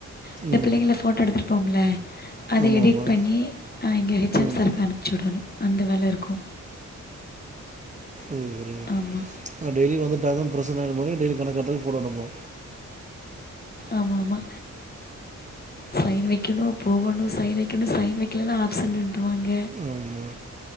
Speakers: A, on the left; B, on the right.
A: இந்த
B: ம்
A: பிள்ளைங்கள ஃபோட்டோ எடுத்துருப்போம்ல அத
B: ஆமாம்
A: எடிட்
B: ஆமாம்
A: பண்ணி அ இங்க ஹெச்
B: ம்
A: எம் சாருக்கு அனுப்பிச்சு விடணு அந்த வேல இருக்கு
B: ம் ம்
A: ஆமா.
B: டெய்லி வந்துட்டாங்கானு பிரசனாகும்போது டெய்லி கணக் காட்டத்துக்கு போடோனோமோ
A: ஆமா ஆமா சைன் வைக்கணு போகணு சைன் வைக்கணு சைன் வைக்கலன்னா ஆப்சன்ருவாங்க
B: ஆமா